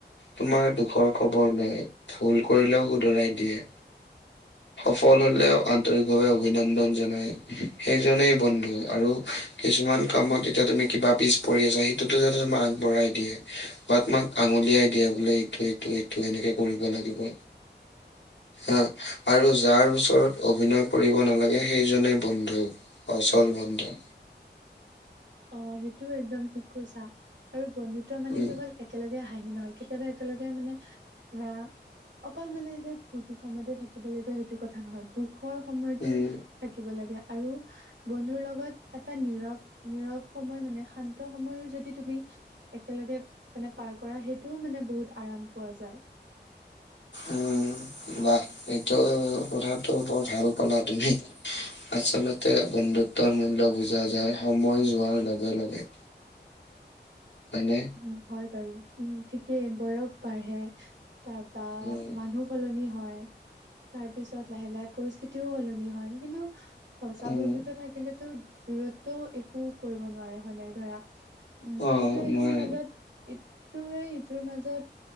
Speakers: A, on the left (about 80°); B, on the right (about 80°).
A: তোমাৰ দুখৰ খবৰ লয় ভুল কৰিলেও শুদ্ধৰাই দিয়ে। সফল হ'লেও আন্তৰিকভাৱে অভিনন্দন জনায়। সেইজনেই বন্ধু আৰু কিছুমান কামত এতিয়া তুমি কিবা পিছ পৰি আছা। সেইটোতো তোমাক আগবঢ়াই দিয়ে। বা তোমাক আঙুলিয়াই দিয়ে বোলে এইটো এইটো এইটো এনেকে কৰিব লাগিব।
B: <inaudible>
A: অ'। আৰু যাৰ ওচৰত অভিনয় কৰিব নালাগে সেইজনে বন্ধু আচল বন্ধু।
B: অ', সেইটোও একদম ঠিক কৈছা আৰু বন্ধুত্ব মানে
A: উম,
B: কেৱল একেলগে হাঁহি নহয় কেতিয়াবা একেলগে মানে ধৰা অকল মানে যে ফূৰ্তি সময়তে থাকিব লাগিব সেইটো কথা নহয়। দুখৰ সময়টো
A: উম।
B: থাক থাকিব লাগে আৰু বন্ধুৰ লগত এটা নীৰৱ নীৰৱ সময় মানে শান্ত সময়ো যদি তুমি একেলগে মানে পাৰ কৰা সেইটোও মানে বহুত আৰাম পোৱা যায়।
A: উম, বাহ এইটো কথাটো বৰ ভাল ক'লা তুমি। আচলতে বন্ধুত্বৰ মূল্য বুজা যায় সময় যোৱাৰ লগে লগে। হয়নে?
B: উম, হয় বাৰু উম ঠিকেই বয়স বাঢ়ে তাৰপা
A: উম,
B: মানুহ সলনি হয় তাৰ পিছত লাহে লাহে পৰিস্থিতিও সলনি হয়। কিন্তু সঁচা
A: উম,
B: বন্ধুত্ব থাকিলেতো দূৰত্বও একো কৰিব নোৱাৰে হয় নাই ধৰা। উম,
A: অ'
B: ইটোৱে ইটোৰ
A: মই
B: মাজত ইটোৱে ইটোৰ মাজত